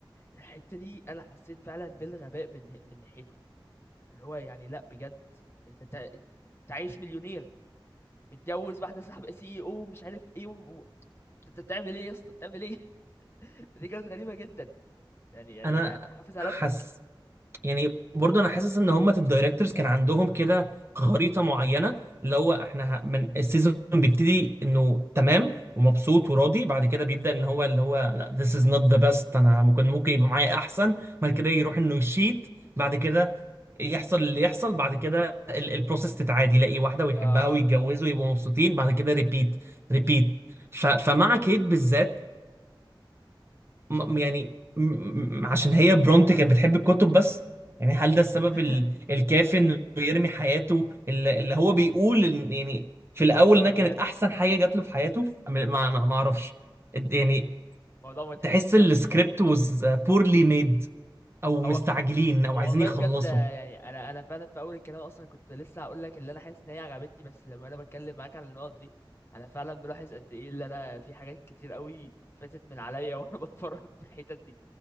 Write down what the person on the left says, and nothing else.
الحته دي انا حسيت فعلا بالغباء من من ناحيته اللي هو يعني لا بجد انت تع- انت عايش مليونير متجوز واحده صاحبه سي او مش عارف ايه و... و- انت بتعمل ايه يا اسطى بتعمل ايه <laughs> دي كانت غريبه جدا يعني يعني
حافظ على
ابنك
اه
<laughs>
تصور
بجد
موضوع مضحك
الصراحه
هو
والله
بجد يعني انا انا فعلا في اول الكلام اصلا كنت لسه هقول لك اللي انا حاسس ان هي عجبتني بس لما انا بتكلم معاك على النقط دي انا فعلا بلاحظ قد ايه اللي انا في حاجات كتير قوي فاتت من عليا وانا <laughs> بتفرج في الحتت دي